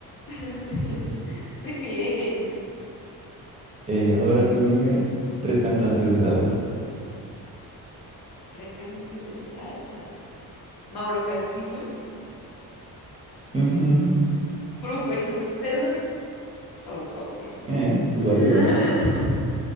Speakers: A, on the left; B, on the right.
A: <laughs> Muy bien.
B: Eh, ahora tú dime tres cantantes de salsa.
A: Tres cantantes de salsa. Mauro Castillo,
B: Ujú,
A: Fruco y sus tesos. Fruco y sus
B: eh,
A: tesos.
B: ¿es válido?
A: <laughs>